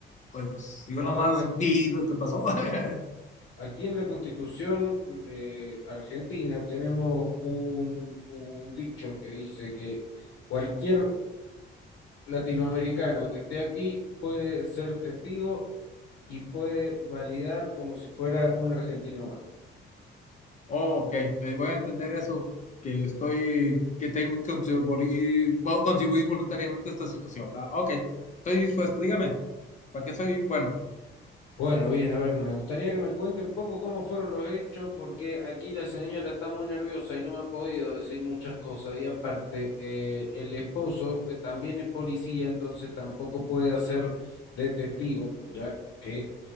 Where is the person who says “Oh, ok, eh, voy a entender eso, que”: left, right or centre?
Left